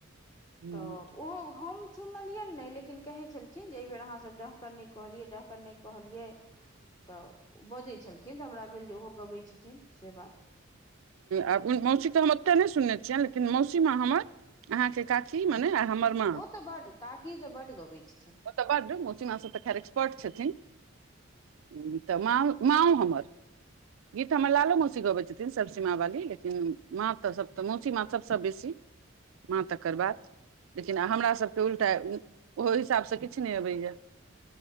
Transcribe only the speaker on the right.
हुँ
आ मौसी तऽ हम ओते नइ सुनने छियनि लेकिन मौसी मे हमर अहाँके काकी मने
आ हमर माँ
ओतऽ बड्ड मौसी मास सब तऽ खैर एक्सपर्ट छथिन। ह तऽ मा मा ओ हमर। गीत हमर लालो मोसी गबेइ छथिन। सीमा वाली लेकिन मा तऽ सभ तऽ मौसी मा त सब स बेसी। माँ
तकर बाद लेकिन हमरा सबके उल्टा ओहो हिसाबसँ किछु नहि अबैया।